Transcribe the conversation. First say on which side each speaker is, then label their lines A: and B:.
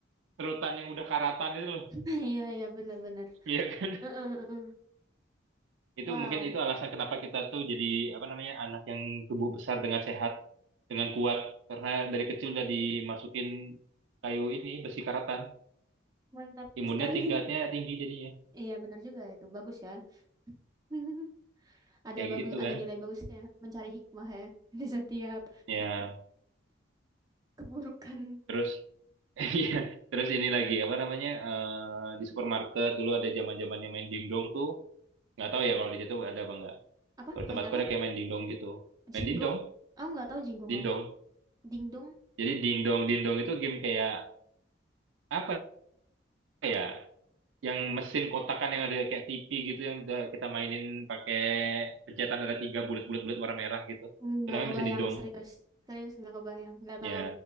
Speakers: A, on the right; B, on the right.
A: serutan yang udah karatan itu loh.
B: <laughs> Iya iya benar-benar.
A: Iya kan?
B: Heeh, heeh. heeh.
A: <laughs> Itu
B: Wow,
A: mungkin itu alasan kenapa kita tuh jadi apa namanya? Anak yang tubuh besar dengan sehat, dengan kuat karena dari kecil udah dimasukin kayu ini besi karatan.
B: mantap
A: imunnya
B: sekali.
A: tingkatnya
B: <laughs>
A: tinggi jadinya
B: Iya benar juga itu bagus ya. <laughs> Ada
A: kayak
B: bagus
A: gitu
B: ada
A: kan
B: nilai bagusnya mencari hikmah ya <laughs> di setiap
A: ya
B: keburukan
A: terus <laughs> iya terus ini lagi apa namanya eh, di supermarket dulu ada zaman zamannya main dingdong tuh nggak tahu ya kalau di situ ada apa enggak
B: apa
A: kalau di
B: main
A: tempatku
B: apa
A: ada kayak main dingdong gitu main
B: jinggong
A: dingdong
B: aku nggak tahu jinggong
A: dingdong
B: apa dingdong
A: jadi dingdong dingdong itu game kayak apa ya yang mesin kotakan yang ada kayak TV gitu yang udah kita mainin pakai pencetan ada tiga bulat-bulat bulat warna merah gitu
B: nggak
A: itu namanya
B: kebayang
A: mesin dindong
B: serius serius nggak kebayang nggak tahu
A: ya